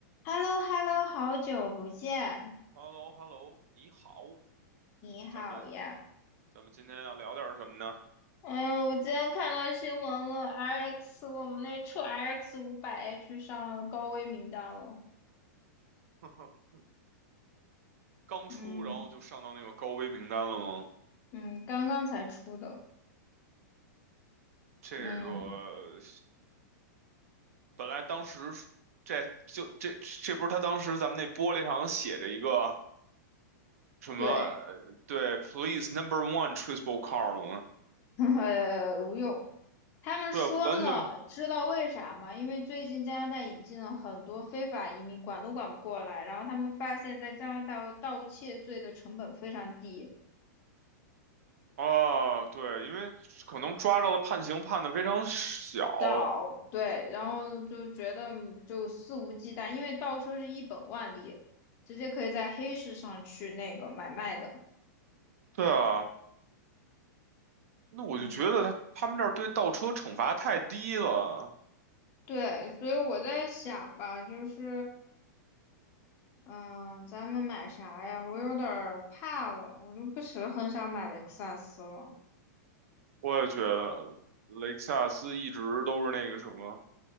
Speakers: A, on the left; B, on the right.
A: h e l l o h e l l o 好久不见，
B: h e l l o h e l l o 你好，
A: 你好呀！
B: 咱们咱们今天要聊点什么呢？
A: 哎呦，我今天看到新闻了，RX 我们那车 RX 五百 H 上了高危名单了。
B: <laughs> 刚出，
A: 嗯
B: 然后就上到那个高危名单了吗？
A: 嗯，刚刚才出的。
B: 这个
A: 嗯，
B: 本来当时是这就这这不是他当时咱们那玻璃上写着一个什么呃对，Please
A: 对，
B: Number One Traceable Car 吗？
A: <laughs> 呃无用。他们说了，
B: 对，完全没
A: 知道为啥吗？因为最近加拿大引进了很多非法移民，管都管不过来。然后他们发现，在加拿大盗窃罪的成本非常低，
B: 啊，对，因为可能抓着了判刑判的非常小，
A: 找，对，然后就觉得就肆无忌惮，因为倒车是一本万利，直接可以在黑市上去那个买卖的。
B: 对啊，那我就觉得他他们这儿对倒车惩罚太低了。
A: 嗯，对，所以我在想吧，就是，嗯、咱们买啥呀？我有点儿怕了，我就不是很想买雷克萨斯了。
B: 我也觉得雷克萨斯一直都是那个什么